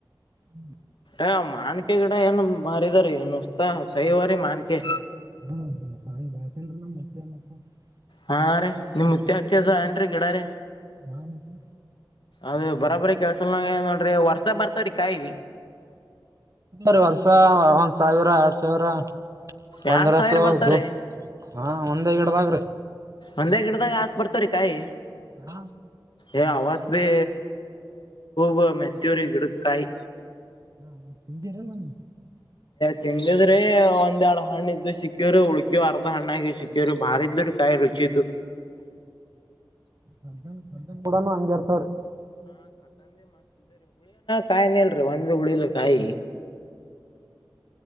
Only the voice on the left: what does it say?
ಅ ಮಾನ್ಕೆ ಗಿಡ ಏನು ಮಾರಿದಾರಸ್ತಾ ಸಹಿವರಿ ಮಾನ್ಕೆ
ಹಾ ರೀ ನಿಮ್ ಮುತ್ತ್ಯಾ ಹಚ್ಚಸ ಏನ್ರೀ ಗಿಡ ರೀ
ಅದು
ಬರಬರಿ
ಕೆಳ್ಸ ನೋಡಿ ವರ್ಷ ಬರ್ತನ ರೀ ಕಾಯಿ
ಎರಡ್ ಸಾವಿರ ಬರ್ತಾರಿ
ಒಂದೇ ಗಿಡದಾಗ ಹಸೆ ಬರ್ತವ ರೀ ಕಾಯಿ
ಏ ಅವಾಜ ಭೀ ಬ ಮೆತ್ತೂರಿ ಗಿಡುಕಾಯಿ
ತಿಂದಿದ್ರಿ ಒಂದ್ ಎರಡ್ ಹಣ್ಣ ಇದ್ದು ಸಿಕ್ಕ್ಯವರು ಉಳಕ್ಯವ ಅರ್ಧ ಹಣ್ಣಗ ಸಿಕ್ಕ್ಯವರು ಬಾರ ಇದು ಕಾಯಿ ರುಚಿದ್ದು
ಕಾಯ ನಲ್ಲ ರೀ ಒಂದುಂದ ಉಡಿಲ್ಲ ಕಾಯ